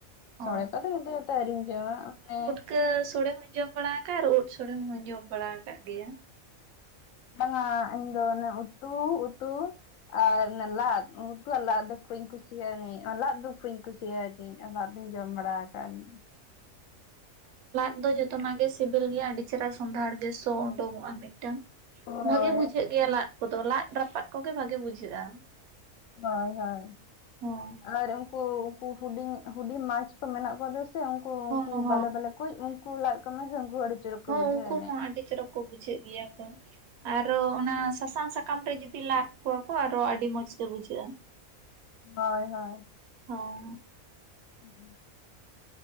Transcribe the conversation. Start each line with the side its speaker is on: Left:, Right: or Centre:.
Left: ᱥᱚᱲᱮ
Right: ᱚ
Left: ᱠᱚᱫᱚ ᱢᱤᱫ ᱫᱤᱱ ᱦᱚᱸ ᱛᱚ ᱟᱹᱣᱨᱤᱧ ᱡᱚᱢᱟ ᱢᱟᱱᱮ
Right: ᱠᱟᱹ ᱥᱚᱲᱮ ᱦᱚᱸᱧ ᱡᱚᱢ ᱵᱟᱲᱟ ᱠᱟᱫ ᱳᱫ ᱥᱳᱲᱮ ᱦᱚᱸᱧ ᱡᱚᱢ ᱵᱟᱲᱟ ᱠᱟᱜ ᱜᱮᱭᱟ᱾
Left: ᱵᱟᱝᱟ ᱤᱧ ᱫᱚ ᱚᱱᱮ ᱩᱛᱩ ᱩᱛᱩ ᱟᱨ ᱚᱱᱮ ᱞᱟᱫ ᱩᱛᱩ ᱟᱨ ᱞᱟᱫ ᱫᱚ ᱠᱷᱩᱵ ᱤᱧ ᱠᱩᱥᱤᱭᱟᱜᱟ ᱱᱤᱡ ᱚᱱᱟ ᱞᱟᱫ ᱫᱚ ᱠᱷᱩᱵ ᱤᱧ ᱠᱩᱥᱤᱭᱟᱜ-ᱟ ᱟᱲᱟᱜ ᱫᱩᱧ ᱡᱚᱢ ᱵᱟᱲᱟ ᱠᱟᱫ ᱟᱱᱤᱡ᱾
Right: ᱟᱫᱚ ᱡᱚᱛᱚᱱᱟᱜ ᱜᱮ ᱥᱤᱵᱤᱞ ᱜᱮᱭᱟ ᱟᱹᱰᱤ ᱪᱮᱦᱚᱸᱨᱟ ᱥᱚᱸᱫᱷᱟᱲ ᱜᱮ ᱥᱚ ᱳᱰᱳᱝᱜ-ᱟ ᱢᱤᱫ ᱴᱟᱝ,
Left: ᱦᱳᱭ
Right: ᱵᱷᱟᱹᱜᱤ ᱵᱩᱡᱷᱟᱹᱜ ᱜᱮᱭᱟ ᱞᱟᱫ ᱠᱚ ᱫᱚ ᱞᱟᱫ ᱨᱟᱯᱟᱜ ᱠᱚ ᱜᱮ ᱵᱷᱟᱜᱮ ᱵᱩᱡᱷᱟᱹᱜ-ᱟ᱾
Left: ᱦᱳᱭ ᱦᱳᱭ
Right: ᱦᱚᱸ
Left: ᱟᱨ ᱠᱩ ᱩᱝᱠᱩ ᱦᱩᱰᱤᱧ ᱦᱩᱰᱤᱧ ᱢᱟᱪ ᱠᱚ ᱢᱮᱱᱟᱜ ᱠᱚᱣᱟ ᱫᱚ ᱥᱮ ᱩᱝᱠᱩ
Right: ᱦᱚᱸ
Left: ᱩᱝᱠᱩ
Right: ᱦᱚᱸ
Left: ᱵᱟᱞᱮ ᱵᱟᱞᱮ ᱠᱳᱡ ᱩᱝᱠᱩ ᱞᱟᱫ ᱠᱚ ᱢᱮ ᱥᱮ ᱩᱝᱠᱩ ᱟᱹᱰᱤ ᱪᱚᱨᱚᱠ ᱠᱚ
Right: ᱦᱚᱸ
Left: ᱵᱩᱡᱷᱟᱹᱣ
Right: ᱩᱝᱠᱩ
Left: ᱟᱹᱱᱤᱡ
Right: ᱦᱚᱸ ᱟᱹᱰᱤ ᱪᱚᱨᱚᱠ ᱠᱚ ᱵᱩᱡᱷᱟᱹᱜ ᱜᱮᱭᱟ ᱠᱚ᱾ ᱟᱨᱚᱸ ᱚᱱᱟ ᱥᱟᱥᱟᱝ ᱥᱟᱠᱟᱢ ᱨᱮ ᱡᱩᱫᱤ ᱞᱟᱫ ᱠᱚᱣᱟ ᱠᱚ ᱟᱨᱚ ᱟᱹᱰᱤ ᱢᱚᱸᱡᱽ ᱜᱮ ᱵᱩᱡᱷᱟᱹᱜ-ᱟ᱾ <inaudible>
Left: ᱦᱳᱭ ᱦᱳᱭ,
Right: ᱦᱚᱸ,
Left: <inaudible>